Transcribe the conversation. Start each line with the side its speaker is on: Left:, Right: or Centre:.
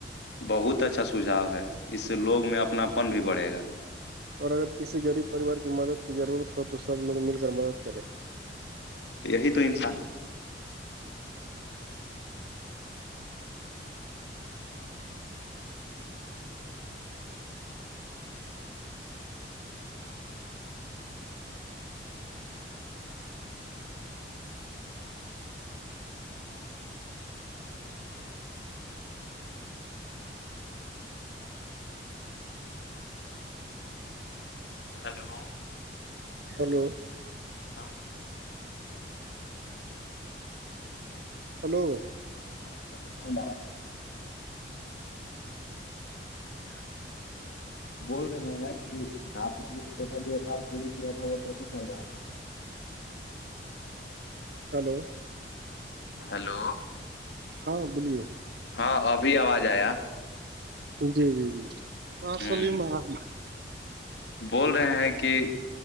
Left: بہت اچھا سجھاؤ ہے اس سے لوگ میں اپناپن بھی بڑھے گا
Right: اور اگر کسی غریب پریوار کی مدد کی ضرورت ہو تو سب لوگ مل کر مدد کرے
Left: یہی تو انسانی ہلو
Right: ہیلو
Left: ہاں
Right: ہلو
Left: ہاں وہاں ساؤڈ آیا
Right: <unintelligible>
Left: بول رہے ہیں ہیں کہ آپ نے جو چھوٹا ویاپار شرو کیا تھا وہ کیسا چل رہا ہے
Right: ہلو
Left: ہلو
Right: ہاں بولیے
Left: ہاں ابھی آواز آیا
Right: جی جی جی
Left: ہ
Right: سلیم احمد
Left: بول رہے ہیں کہ